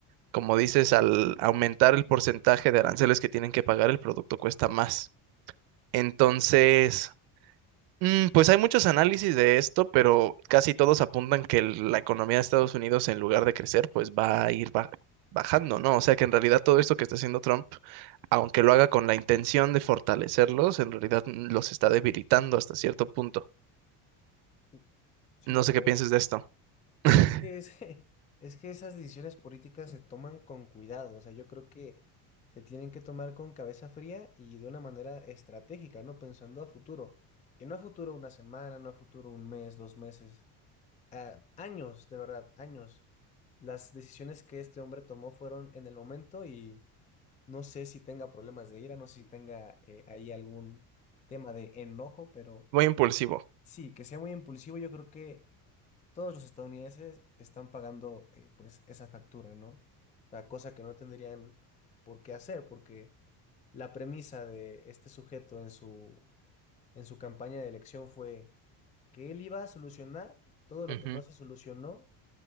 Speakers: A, on the right; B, on the left.
A: como dices, al aumentar el porcentaje de aranceles que tienen que pagar, el producto cuesta más. Entonces, mm, pues hay muchos análisis de esto, pero casi todos apuntan que el- la economía de Estados Unidos, en lugar de crecer, pues va a ir ba- bajando, ¿no? O sea que en realidad todo esto que está haciendo Trump, aunque lo haga con la intención de fortalecerlos, en realidad mm, los está debilitando hasta cierto punto.
B: sí, sí, la
A: No sé
B: verdad
A: qué pienses
B: es que. sí.
A: de esto. <laughs>
B: Pues es que ese- <laughs> es que esas decisiones políticas se toman con cuidado. O sea, yo creo que se tienen que tomar con cabeza fría y de una manera estratégica, ¿no? Pensando a futuro. Y no a futuro una semana, no a futuro un mes, dos meses. a años, de verdad, años. Las decisiones que este hombre tomó fueron en el momento No sé si tenga problemas de ira, no sé si tenga eh, ahí algún tema de enojo, pero
A: Muy impulsivo.
B: sí, que sea muy impulsivo, yo creo que todos los estadounidenses están pagando eh, pues esa factura, ¿no? La cosa que no tendrían por qué hacer, porque la premisa de este sujeto en su, en su campaña de elección fue que él iba a solucionar todo lo
A: Ujú,
B: que no se solucionó